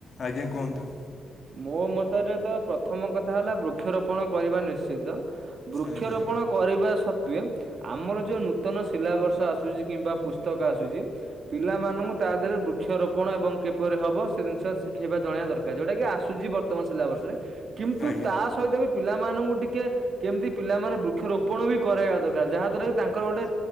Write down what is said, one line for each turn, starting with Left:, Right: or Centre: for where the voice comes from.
Left: ଆଜ୍ଞା କୁହନ୍ତୁ।
Right: ମୋ ମତରେ ତ ପ୍ରଥମ କଥା ହେଲା ବୃକ୍ଷରୋପଣ କରିବା ନିଶ୍ଚିତ। ବୃକ୍ଷରୋପଣ
Left: ଆଜ୍ଞା
Right: କରିବା ସତ୍ୱେ ଆମର ଯୋଉ ନୂତନ ସିଲାବସ ଆସୁ ସୁଚି କିମ୍ବା ପୁସ୍ତକ ଆସୁଚି ପିଲାମାନୁଙ୍କୁ ତା ଦେହରେ ବୃକ୍ଷରୋପଣ ଏବଂ କିପରି ହବ ସେ ଜିନିଷ ଶିଖେଇବା ଜଣେଇବା ଦରକାର ଯେଉଟା କି ଆ ସୁଚି ବର୍ତ୍ତମ ସିଲାବସ୍ ରେ କିନ୍ତୁ
Left: ଆଜ୍ଞା
Right: ତା ସହିତ ବି ପିଲାମାନଙ୍କୁ ଟିକେ କେମିତି ପିଲାମାନେ ବୃକ୍ଷରୋପଣ ବି କରାଇବା ଦରକାର ଯାହାଦ୍ୱାରା କି ତାଙ୍କର ଗୋଟେ